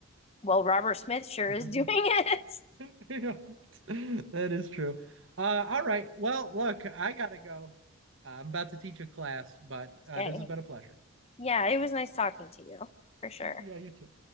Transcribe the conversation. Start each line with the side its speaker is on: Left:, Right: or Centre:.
Left: Well, Robert Smith sure
Right: it.
Left: is doing it.
Right: <laughs>
Left: <laughs>
Right: <laughs> Yeah, that is true. Uh, all right. Well, look, I gotta go. Uh, I'm about to teach a class, but uh,
Left: Okay.
Right: this has been a pleasure.
Left: Yeah, it was nice talking to you for sure.
Right: Yeah, you too.